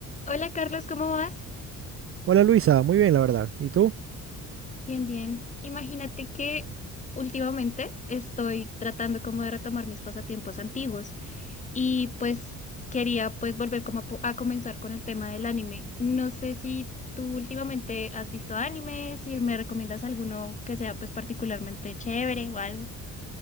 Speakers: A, on the left (about 20°); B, on the right (about 40°).
A: Hola Carlos, ¿cómo vas?
B: Hola Luisa, muy bien la verdad. ¿Y tú?
A: Bien, bien. Imagínate que últimamente estoy tratando como de retomar mis pasatiempos antiguos y pues quería pues volver como a, po- a comenzar con el tema del anime. No sé si tú últimamente has visto anime, si me recomiendas alguno que sea pues particularmente chévere o algo.